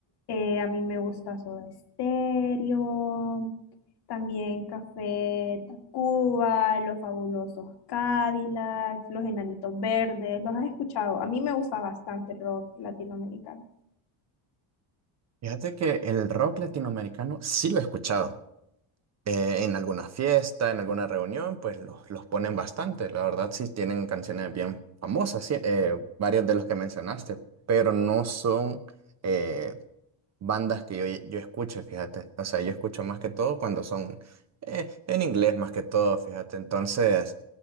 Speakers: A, on the left; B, on the right.
A: Eh, a mí me gusta Soda Stereo, también Café Tacuba, Los Fabulosos Cadillacs, Los Enanitos Verdes. ¿Los has escuchado? A mí me gusta bastante el rock latinoamericano.
B: Fíjate que el rock latinoamericano sí lo he escuchado. eh, en alguna fiesta, en alguna reunión, pues los, los ponen bastante. La verdad, sí tienen canciones bien famosas, sí, eh, varios de los que mencionaste, pero no son eh, bandas que yo, yo escuche, fíjate. O sea, yo escucho más que todo cuando son eh, en inglés, más que todo, fíjate. Entonces,